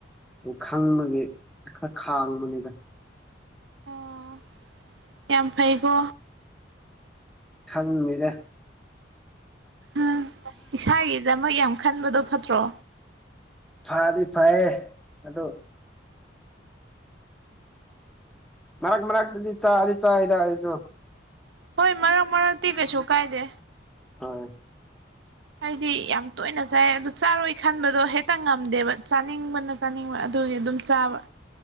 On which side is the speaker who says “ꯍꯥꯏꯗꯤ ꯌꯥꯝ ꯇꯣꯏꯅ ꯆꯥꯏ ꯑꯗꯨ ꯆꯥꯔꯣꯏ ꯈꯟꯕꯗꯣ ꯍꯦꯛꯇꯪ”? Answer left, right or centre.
Right